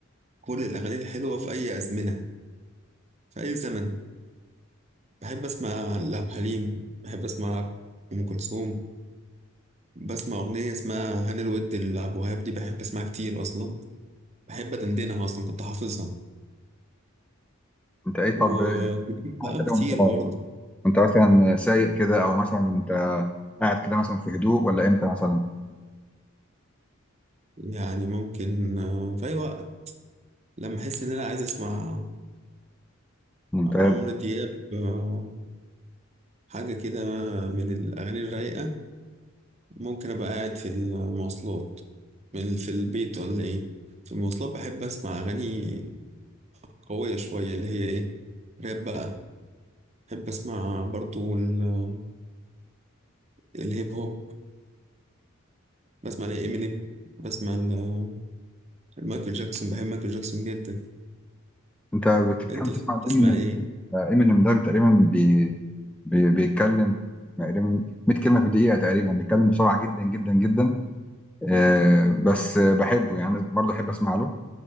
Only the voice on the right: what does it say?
كل الاغاني الحلوه في اي ازمنه في اي زمن بحب اسمع لعبد الحليم بحب اسمع ام كلثوم بسمع اغنيه اسمها هاني الود لعبد الوهاب دي بحب اسمعها كتير اصلا بحب ادندنها اصلا كنت حافظها
وجديد
بقى
كتير
برضه
يعني ممكن آه، في اي وقت لما احس ان انا عايز اسمع
عمرو دياب آه، حاجه كده من الاغاني الرايقه ممكن ابقى قاعد في المواصلات من- في البيت ولا ايه في المواصلات بحب اسمع اغاني قوية شوية اللي هي ايه راب بقى بحب اسمع برضو ال- الهيب هوب بسمع لإمينيم بسمع ل- لمايكل جاكسون بحب مايكل جاكسون جدا
انت
بتسمع
ايه